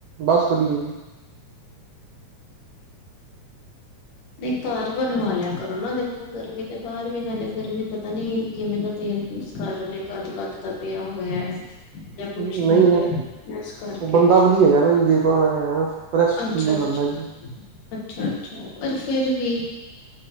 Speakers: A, on the right; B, on the left.
A: ਬਸ ਵਧੀਆ ਜੀ
B: ਨਹੀਂ ਘਰ ਬਣਵਾ ਲਿਆ ਕਰੋ ਨਾ ਦੇ ਉਹ ਗਰਮੀ ਦੇ ਬਾਹਰ ਵੀ ਨਾਲੇ ਗਰਮੀ ਪਤਾ ਨੀ ਕਿਵੇਂ ਦਾ ਤੇਲ ਯੂਜ ਕਰ ਰਹੇ ਕੱਦ-ਕੱਦ ਦਾ ਪਿਆ ਓ ਹੋਇਆ ਜਾਂ ਕੁਛ
A: ਨਹੀਂ-ਨਹੀਂ
B: ਵੀ ਹੈ ਇਸ ਕਰਕੇ
A: ਉਹ ਬੰਦਾ ਵਧੀਆ ਜਾ ਨਾ ਜੀ ਜੇ ਕੋਲ ਮੈਂ ਫਰੈਸ਼
B: ਅੱਛਾ-ਅੱਛਾ,
A: ਚੀਜ਼ ਲਾਇਏ
B: ਅੱਛਾ-ਅੱਛਾ ਪਰ ਫਿਰ ਵੀ